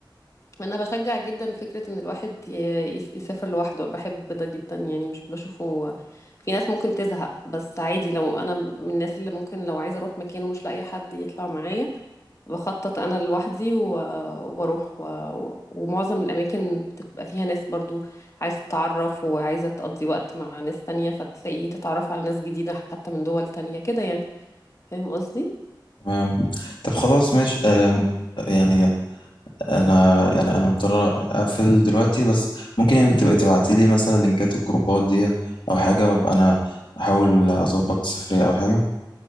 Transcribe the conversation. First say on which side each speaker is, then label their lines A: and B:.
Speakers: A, on the left; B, on the left.
A: انا بشجع جدا فكرة ان الواحد ي- يس- يسافر لوحده بحب ده جدا يعني مش بشوفه في ناس ممكن تزهق بس عادي لو انا من الناس اللي ممكن لو عايزة اروح مكان ومش لاقية حد يطلع معايا بخطط انا لوحدي و- واروح و... و- ومعظم الاماكن بتبقى فيها ناس برضو عايزه تتعرف وعايزه تقضي وقت مع ناس تانية فتلاقي تتعرف على ناس جديده حتى من دول تانية كده يعني فاهم قصدي
B: تمام طب خلاص ماشي آم، يعني انا يعني انا مضطر اقفل دلوقتي بس ممكن يعني تبقى تبعتي لي مثلا لينكات الجروبات دي او حاجه وابقى انا احاول اظبط سفريه او حاجه